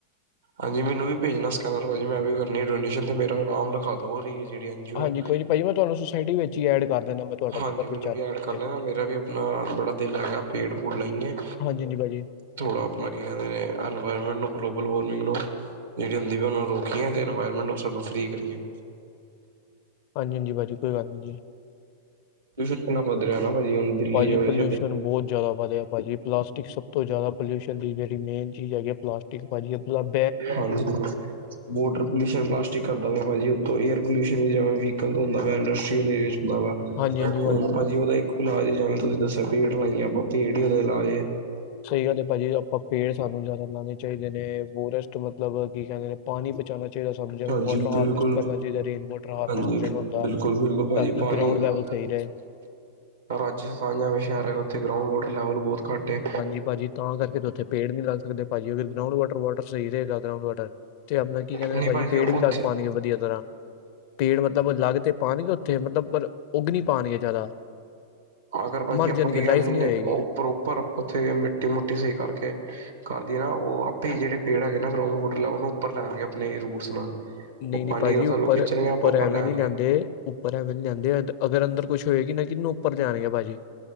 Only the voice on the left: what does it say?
ਹਾਂਜੀ
ਕੋਈ ਨੀ ਭਾਜੀ ਮੈਂ ਤੁਹਾਨੂੰ ਸੁਸਾਇਟੀ ਵਿੱਚ ਹੀ ਐਡ ਕਰ ਦਿੰਦਾ ਮੈਂ ਤੁਹਾਡਾ
ਨੰਬਰ ਪਹੁੰਚਾ
ਦਾਂ
ਹਾਂਜੀ ਹਾਂਜੀ ਭਾਜੀ
ਹਾਂਜੀ
ਹਾਂਜੀ ਹਾਂਜੀ ਭਾਜੀ ਕੋਈ ਗੱਲ ਨਹੀਂ।
ਭਾਜੀ
ਪੋਲਿਊਸ਼ਨ ਬਹੁਤ ਜ਼ਿਆਦਾ ਵਧਿਆ ਭਾਜੀ। ਪਲਾਸਟਿਕ ਸਭ ਤੋਂ ਜ਼ਿਆਦਾ ਪੋਲਊਸ਼ਨ ਦੀ ਜਿਹੜੀੇ ਮੈਨ ਚੀਜ਼ ਹੈਗੀ ਹੈ ਪਲਾਸਟਿਕ ਭਾਜੀ ਐਥੋਂ ਤੱਕ
ਹਾਂਜੀ ਹਾਂਜੀ
ਸਹੀ ਗੱਲ ਹੈ ਭਾਜੀ ਆਪਾਂ ਪੇਡ ਸਾਨੂੰ ਜ਼ਿਆਦਾ ਲਾਉਣੇ ਚਾਹੀਦੇ ਨੇ ਫੋਰੈਸਟ ਮਤਲਬ ਕੀ ਕਹਿੰਦੇ ਨੇ ਪਾਣੀ ਬਚਾਉਣਾ ਚਾਹੀਦਾ ਸਾਨੂੰ ਜਿਵੇਂ
ਵਾਟਰ ਹਾਰਵੈਸਟ
ਕਰਨਾ ਚਾਹੀਦਾ ਰੇਨ ਵਾਟਰ ਹਾਰਵੈਸਟ
ਜਿਹੜਾ ਹੁੰਦਾ।
ਗ੍ਰਾਉੰਡ ਲੈਵਲ ਸਈ ਰਹੇ।
ਹਾਂਜੀ ਭਾਜੀ। ਤਾਂ ਕਰਕੇ ਤੇ ਓਥੇ ਪੇੜ ਨੀ ਲੱਗ ਸਕਦੇ ਭਾਜੀ ਅਗਰ ਗ੍ਰਾਉੰਡ ਵਾਟਰ ਵਾਟਰ ਸਹੀ ਰਹੇਗਾ ਗ੍ਰਾਉੰਡ ਵਾਟਰ। ਤੁਹਾਨੇ ਕੀ ਕਹਦੇ
ਨੇ ਭਾਜੀ। ਪੇੜ
ਵੀ ਲੱਗ ਪਾੜਗੇ ਵਧੀਆ ਤਰ੍ਹਾਂ। ਪੇੜ ਮਤਲਬ ਅਲੱਗ ਤੇ ਪਾਉਣਗੇ ਉੱਥੇ। ਮਤਲਬ ਪਰ ਉੱਗ ਨਹੀਂ ਪਾਉਣਗੇ ਜ਼ਿਆਦਾ।
ਮਰ
ਜਾਣਗੇ
ਲਾਈਫ
ਨਹੀਂ
ਹੋਏਗੀ
ਨਹੀਂ-ਨਹੀਂ
ਭਾਜੀ
ਉੱਪਰ-ਉੱਪਰ
ਐਵੇਂ
ਨਹੀਂ ਲਿਆਂਦੇ ਉੱਪਰ ਵੇਲ ਜਾਂਦੇ, ਅਗਰ ਅੰਦਰ ਕੁੱਛ ਹੋਏਗੀ ਨਾ ਕਿਨਾ ਉੱਪਰ ਤਦ ਜਾਣਗੇ ਭਾਜੀ।